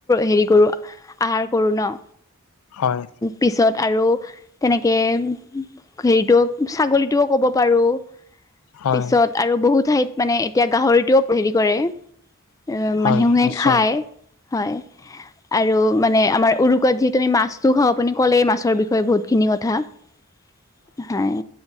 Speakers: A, on the left; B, on the left.
A: হেৰি কৰোঁ। আহাৰ কৰো ন।
B: হয়।
A: পিছত আৰু- তেনেকে হেৰিটো ছাগলী টোও ক'ব পাৰো, পিছত-
B: হয়
A: আৰু বহু ঠাইত মানে এতিয়া গাহৰিটোও হেৰি কৰে। অ',
B: হয়
A: মানুহে
B: নিশ্চয়
A: খায় হয়। আৰু মানে আমাৰ উৰুকাত যিহেতু আমি মাছটো খাওঁ আপুনি ক'লেই মাছৰ বিষয়ে বহুত- খিনি কথা পিছত হয়।